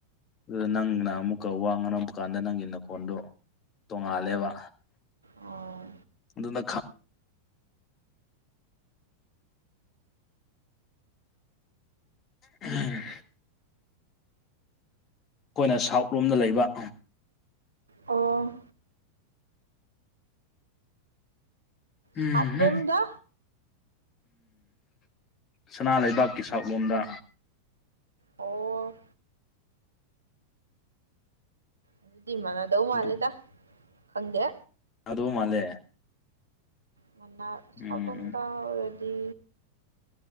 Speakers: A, on the left (about 30°); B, on the right (about 75°).
A: ꯑꯗꯨꯗ ꯅꯪꯅ ꯑꯃꯨꯛꯀ ꯋꯥꯡ ꯉꯅ ꯑꯃꯨꯛ ꯀꯥꯟꯗ ꯅꯪꯒꯤ ꯅꯀꯣꯟꯗꯨꯣ ꯇꯣꯡꯉꯥꯜꯂꯦꯕ
B: ꯑꯣ
A: ꯑꯗꯨꯅ ꯎꯝ ꯑꯩꯈꯣꯏꯅ ꯁꯥꯎꯠ ꯂꯣꯝꯗ ꯂꯩꯕ
B: ꯑꯣ
A: ꯎꯝ
B: ꯁꯞꯔꯣꯝꯗ
A: ꯁꯅꯥ ꯂꯩꯕꯥꯛꯀꯤ ꯁꯛꯂꯣꯝꯗ
B: ꯑꯣ ꯑꯗꯨꯗꯤꯃꯅꯗꯧ ꯃꯥꯜꯂꯦꯗ
A: ꯑꯗꯨ
B: ꯈꯪꯗꯦ
A: ꯑꯗꯨ ꯃꯥꯜꯂꯦ
B: ꯃ ꯁꯇꯣꯟ
A: ꯎꯝ
B: ꯇ ꯔꯦꯗꯤ